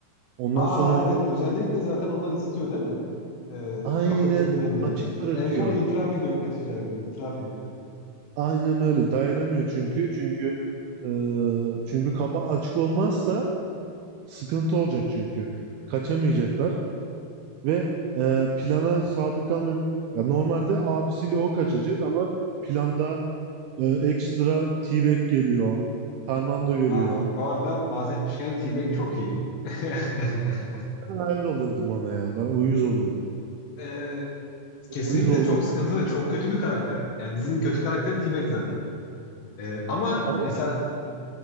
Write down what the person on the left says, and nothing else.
Aa
evet özellikle zaten onlar istiyor değil mi? Ee,
kapını kilitleme diye.
En sonra itiraf ediyor kaçacağı gün. İtiraf ediyor.
Aa, bu arada bahsetmişken T-Bag çok iyi. <laughs> T-Bag
e,
kesinlikle
çok sıkıntılı, çok kötü bir karakter. Yani dizinin kötü karakteri T-Bag zaten. E, ama
mesela